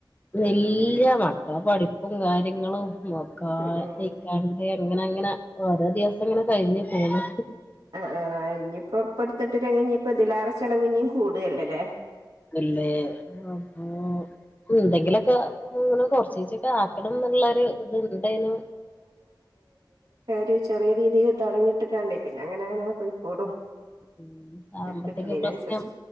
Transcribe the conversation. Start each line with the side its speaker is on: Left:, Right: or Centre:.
Left: ഇല്ല മക്കള പഠിപ്പും കാര്യങ്ങളും മോക്കാ
Right: ഉം ഉം
Left: ഇക്കാണ്ട് ഇങ്ങനെങ്ങനെ ഓരോ ദിവസം ങ്ങനെ കഴിഞ്ഞ് പോണ്
Right: അ ആഹ് ഇനിയിപ്പോ പ്പടുത്തെട്ട കഴിഞ് ഇനീപ്പോ തിലേറെ ചെലവ് ഇനിയും കൂടുവല്ലേ ലേ
Left: ഇല്ലേ അപ്പോ എന്തെങ്കിലൊക്കെങ്ങനെ കൊറചീച്ചൊക്കെ ആ ണം എന്നുള്ളൊരു ഇത് ഇണ്ടേനു
Right: ര് ചെറിയ രീതിയിൽ തുടങ്ങീട്ട് കണ്ടീ പിന്നെ അങ്ങനെ അങ്ങനെ പോയിക്കൂടും
Left: ഉം സാമ്പത്തിക
Right: കിട്ടുന്നതിനനുസരിച്ച്
Left: പ്രശ്നം